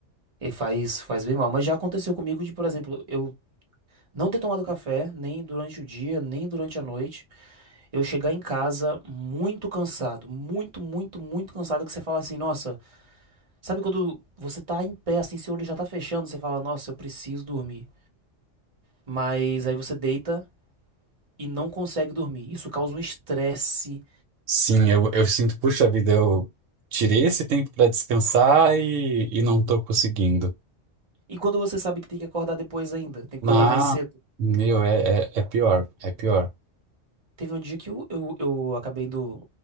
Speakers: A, on the right; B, on the right.
A: E faz, faz bem mal. Mas já aconteceu comigo de, por exemplo, eu não ter tomado café, nem durante o dia, nem durante a noite. Eu chegar em casa muito cansado, muito, muito, muito cansado, que você fala assim, nossa. Sabe quando você tá em pé, assim, seu olho já tá fechando, você fala, nossa, eu preciso dormir. Mas aí você deita e não consegue dormir. Isso causa um estresse.
B: Sim, eu, eu sinto, puxa vida, eu tirei esse tempo para descansar e, e não tô conseguindo.
A: E quando você sabe que tem que acordar depois ainda, tem
B: Não,
A: que acordar mais cedo.
B: meu, é, é, é pior, é pior.
A: Teve um dia que eu, eu, eu acabei indo,